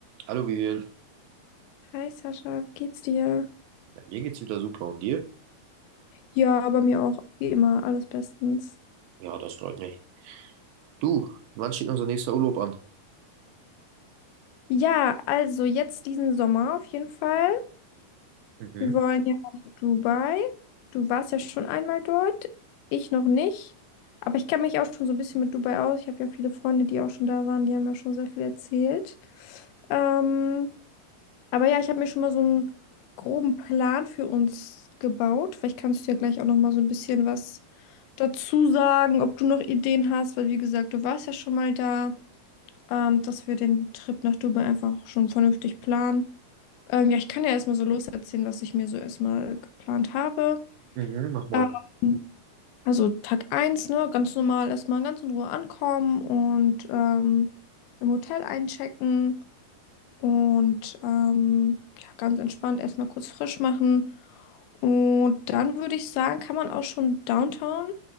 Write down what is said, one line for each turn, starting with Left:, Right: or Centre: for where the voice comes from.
Right: Hallo Vivian,
Left: Hi Sascha, wie geht's dir?
Right: ja, mir geht's wieder super und dir?
Left: Ja, bei mir auch, wie immer, alles bestens.
Right: Ja, das freut mich. Du, wann steht unser nächster Urlaub an?
Left: Ja, also jetzt diesen Sommer auf jeden Fall.
Right: Mhm,
Left: Wir wollen ja nach Dubai. Du warst ja schon einmal dort, ich noch nicht. Aber ich kenne mich auch schon so ein bisschen mit Dubai aus. Ich habe ja viele Freunde, die auch schon da waren, die haben ja schon sehr viel erzählt. Ähm, Aber ja, ich habe mir schon mal so einen groben Plan für uns gebaut. Vielleicht kannst du ja gleich auch noch mal so ein bisschen was dazu sagen, ob du noch Ideen hast, weil wie gesagt, du warst ja schon mal da, ähm, dass wir den Trip nach Dubai einfach schon vernünftig planen. Ähm, ja, ich kann ja erstmal so loserzählen, was ich mir so erstmal geplant habe.
Right: mhm, mach mal.
Left: Ähm, also Tag eins, ne, ganz normal erstmal ganz in Ruhe ankommen und ähm, im Hotel einchecken. Und ähm, ja, ganz entspannt erstmal kurz frisch machen. Und dann würde ich sagen, kann man auch schon Downtown